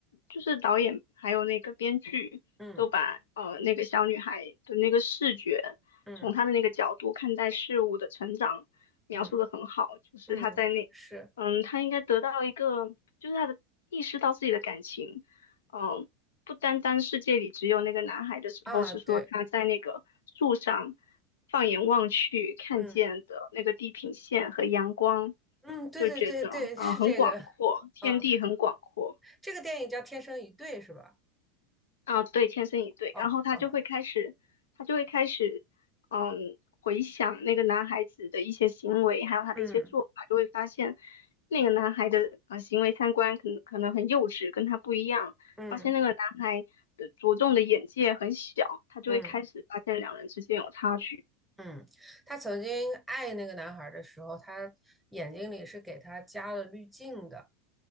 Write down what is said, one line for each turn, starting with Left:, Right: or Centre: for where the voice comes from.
Left: 就是导演还有那个编剧都把呃那个小女孩的那个视觉，
Centre: 嗯嗯
Left: 从她的那个角度看待事物的成长描述的很好，
Centre: 嗯
Left: 就是她在那，
Centre: 嗯，是
Left: 嗯，她应该得到一个，就是她的意识到自己的感情，嗯、不单单世界里只有那个男孩的时候，
Centre: 啊，
Left: 是说他在那个树上
Centre: 对，
Left: 放眼望去看见的那个地平线和阳光，
Centre: 嗯嗯，对对对对，
Left: 就觉得啊、
Centre: 是这个
Left: 呃很广阔，天地很广阔。
Centre: 啊，这个电影叫《天生一对》是吧？
Left: 啊，对，天生一对，
Centre: 哦哦，
Left: 然后他就会开始，他就会开始，嗯，回想那个男孩子的一些行为，还有他的一些做法，
Centre: 嗯
Left: 就会发现那个男孩的呃行为三观可能可能很幼稚，跟他不一样，
Centre: 嗯。
Left: 发现那个男孩的着重的眼界很小，他就会开始发现两人之间有差距。
Centre: 嗯嗯，她曾经爱那个男孩的时候，她眼睛里是给他加了滤镜的。